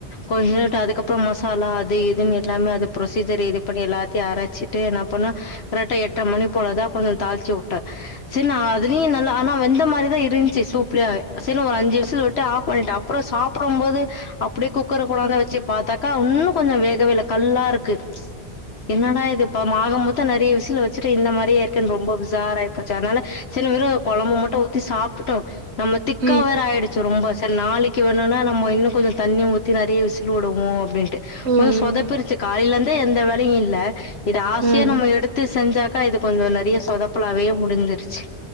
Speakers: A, on the left (about 70°); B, on the right (about 75°).
A: கொஞ்ச <unintelligible> அதுக்கப்பற மசாலா அது இதுன்னு எல்லாமே அது ப்ரொசீஜர் இது பண்ணி எல்லாத்தையும் அரச்சு. அப்டிட்டு என்ன பண்ண கரெக்டா எட்ர மணி போலதா கொஞ்ச தாளிச்சி வுட்ட சரி நா அதுலயு நல்லா ஆனா! வெந்த மாதிரிதா இருந்துச்சு. சூப்புல சரின்னு ஒரு அஞ்சு விசில் வுட்டு. ஆப் பண்ணிட்டு. அப்பற சாப்டும், போது அப்டியே! குக்கர கொண்டாந்து வச்சு பார்த்தாக்கா. இன்னு கொஞ்ச வேகவே இல்ல கல்லா இருக்கு. என்னடா! இது இப்ப மாக முட்டு. நெறைய விசில் வச்சுட்டு, இந்த மாரியே இருக்குன்னு ரொம்ப உஷாரா ஆயி போச்சு அதனால சரி வேறு குழம்ப மட்டும் ஊத்தி சாப்புட்டோ நம்ம திக்கா
B: ம்
A: வேர ஆயிடுச்சு. ரொம்ப! சரி நாளைக்கு வேணும்னா நம்ம இன்னு கொஞ்ச தண்ணிய ஊத்தி நெறைய விசில் விடுவோ அப்டின்னு கொஞ்ச,
B: ம் ம்
A: சொதப்பிருச்சு காலையில இருந்தே எந்த வேலையும் இல்ல இது ஆசையா
B: ம்
A: நம்ம எடுத்து. எடுத்து செஞ்சாக்கா. இது கொஞ்ச நெறைய சொதப்பலாவே முடிஞ்சிருச்சு.